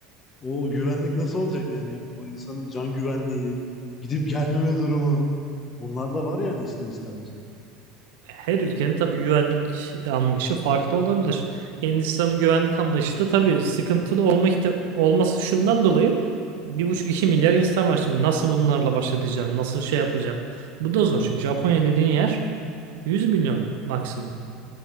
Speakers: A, on the left; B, on the right.
A: O güvenlik nasıl olacak yani? O insanın can güvenliği, gidip gelmeme durumu. Bunlar da var yani ister istemez.
B: Her ülkenin tabii güvenlik anlayışı farklı olabilir. Hindistan'ın güvenlik anlayışı da tabii sıkıntılı olma ihti- olması şundan dolayı bir buçuk iki milyar insan var şimdi. Nasıl bunlarla baş edeceksin? Nasıl şey yapacaksın? Bu da zor. Şimdi Japonya dediğin yer 100 milyon maksimum.